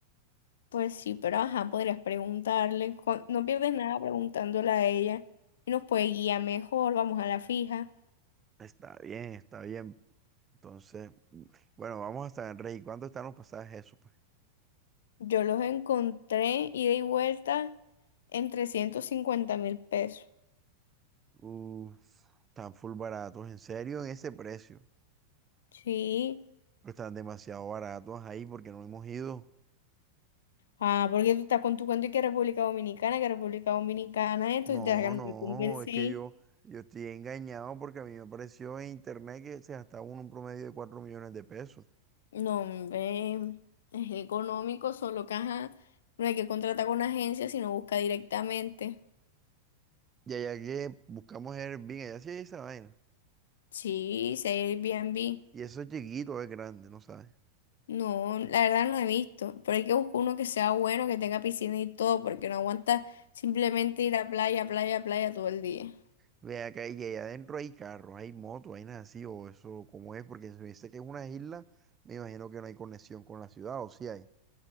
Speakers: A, on the left; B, on the right.
A: Pues sí, pero ajá, podrías preguntarle, con- no pierdes nada preguntándole a ella y nos puede guiar mejor, vamos a la fija.
B: Está bien, está bien. Entonces, bueno, vamos hasta el Rey. ¿Cuánto están los pasajes eso, pues?
A: Yo los encontré ida y vuelta en trescientos cincuenta mil pesos.
B: Uf, están full baratos, en serio, en ese precio.
A: Sí.
B: Pero están demasiado baratos ahí porque no hemos ido.
A: Ah, porque tú estás con tu cuento y que República Dominicana, que República Dominicana, entonces
B: No,
A: te la
B: no,
A: convencí.
B: es que yo, yo estoy engañado porque a mí me apareció en internet que se gastaba uno un promedio de 4 millones de pesos.
A: No, hombre, es económico, solo que ajá, no hay que contratar con una agencia, sino busca directamente.
B: Y allá que buscamos Airbnb, allá sí hay esa vaina.
A: Sí, si hay Airbnb.
B: Y eso es chiquito, es grande, ¿no sabes?
A: No, la verdad no he visto, pero hay que buscar uno que sea bueno, que tenga piscina y todo, porque no aguanta simplemente ir a playa, playa, playa todo el día.
B: Ve acá y allá adentro hay carros, hay motos, hay nada así, o eso, ¿cómo es? Porque si me dice que es una isla, me imagino que no hay conexión con la ciudad, o si hay.